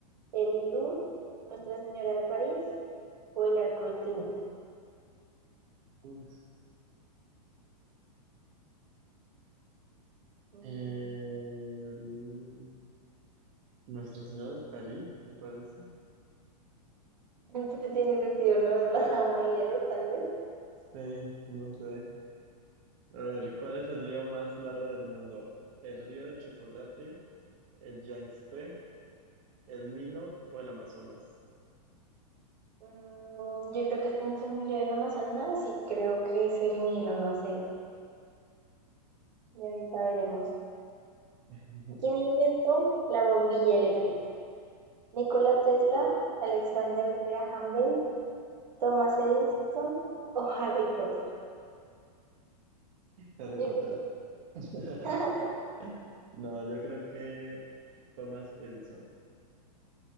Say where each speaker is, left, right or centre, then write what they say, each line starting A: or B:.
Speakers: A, on the right (about 85°); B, on the right (about 50°).
A: el Louvre, Nuestra Señora de París o el Arco del Triunfo.
B: Uf,
A: Mm,
B: el- Nuestra Señora de París, me parece.
A: entonces tiene sentido, ¿no? Es la Dama de Hierro, tal vez.
B: Sí, no sé. A ver, ¿cuál es el río más largo del mundo? ¿El río de chocolate, el Yangtze, el Nilo o el Amazonas?
A: Mm, yo creo que está entre el Nilo y el Amazonas y creo que es el Nilo, no sé. Y ahorita veremos.
B: <laughs>
A: ¿Quién inventó la bombilla eléctrica? Nikola Tesla, Alexander Graham Bell, Thomas Edison o Harry Potter.
B: Harry
A: <laughs>
B: Potter.
A: Yo creo
B: <laughs>
A: que-
B: No, yo creo que Thomas Edison.